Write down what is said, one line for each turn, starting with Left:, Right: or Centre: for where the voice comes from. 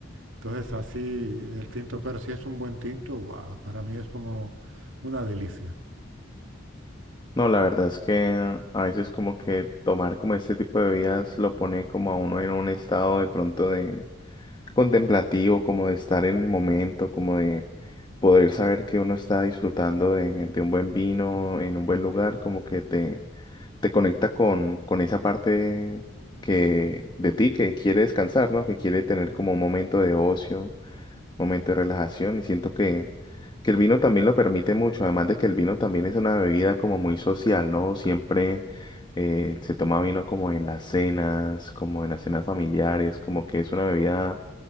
Right: Entonces así el tinto, pero si es un buen tinto, guau, para mí es como una delicia.
Left: No, la verdad es que a veces como que tomar como este tipo de bebidas lo pone como a uno en un estado de pronto de contemplativo, como de estar en el momento, como de poder saber que uno está disfrutando de, de un buen vino en un buen lugar, como que te, te conecta con, con esa parte que, de ti que quiere descansar, ¿no? Que quiere tener como un momento de ocio momento de relajación y siento que, que el vino también lo permite mucho, además de que el vino también es una bebida como muy social, ¿no? Siempre eh, se toma vino como en las cenas, como en las cenas familiares, como que es una bebida